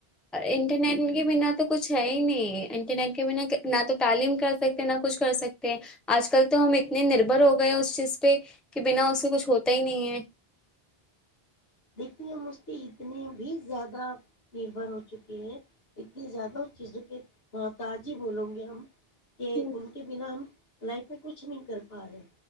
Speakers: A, in the centre; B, on the left.
A: انٹرنیٹ کے بنا تو کچھ ہے ہی نہیں انٹرنیٹ کے بنا نہ تو تعلیم کر سکتے نہ کچھ کر سکتے ہیں آج کل تو ہم اتنے نربھر ہو گئے اس چیز پہ کہ بنا اس سے کچھ ہوتا ہی نہیں ہے
B: دیکے ہم اس کے اتنے بھی زیادہ نربھر ہو چکے ہیں اتنی زیادہ اس چیزوں کے محتاجی بولو گے ہم کہ
A: ہم
B: ان کے بنا ہم لائف میں کچھ نہیں کر پا رہے